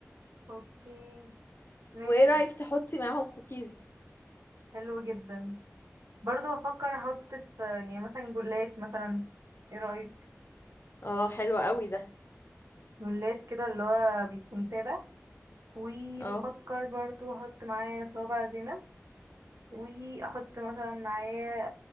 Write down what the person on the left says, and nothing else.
وايه رأيك تحطي معاهم كوكيز
اه حلو قوي ده
اه